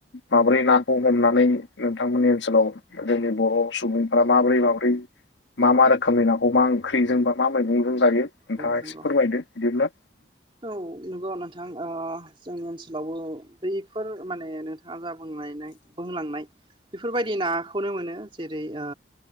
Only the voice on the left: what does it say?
माबोरै नाखौ हमनानै नोंथांमोननि ओनसोलाव जोंनि बर' सुबुंफोरा माबोरै माबोरै मा मा रोखोमनि नाखौ मा ओंख्रिजों बा मा मैगंजों जायो नोंथाङा
एसे फोरमायदो बिदिनो